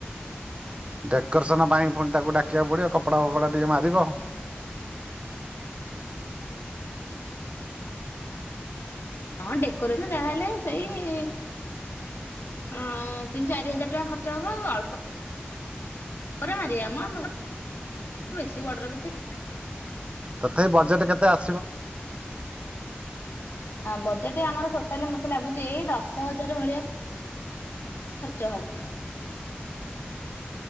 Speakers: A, on the right; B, on the left.
A: <inaudible> ଡେକୋରେସନ ପାଇଁ ପୁଣି ତାକୁ ଡାକିବାକୁ ପଡିବ କପଡା ଫପଡା ଟିକେ ମାରିବ
B: ହଁ ଡେକୋରେସନ ଯାହାହେଲେ ସେଇ ଅ ତିନି ଚାରି ହଜାର ଟଙ୍କା ଖର୍ଚ୍ଚ ହବ ଆଉ ଅଳ୍ପ ପରେ ମାରିବା ମୁ ଆମ ବେଶୀବଡ଼ ରଖୁଛି।
A: ତଥାପି ବଜେଟ କେତେ ଆସିବ।
B: ବଜେଟ ଆମର ଟୋଟାଲ ମତେ ଲାଗୁଛି ଏଇ ଦଶ ହଜାର ଭଳିଆ। ଖର୍ଚ୍ଚ ହବ।